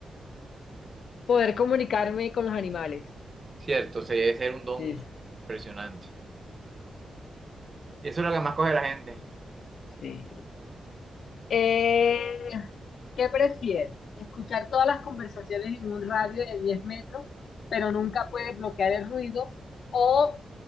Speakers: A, on the left (about 75°); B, on the right (about 25°).
A: Poder comunicarme con los animales.
B: Cierto, se debe ser un don
A: Sí,
B: impresionante. Y eso es lo que más coge la gente.
A: sí. Eh, ¿qué prefieres? ¿Escuchar todas las conversaciones en un radio de 10 metros, pero nunca puedes bloquear el ruido? ¿O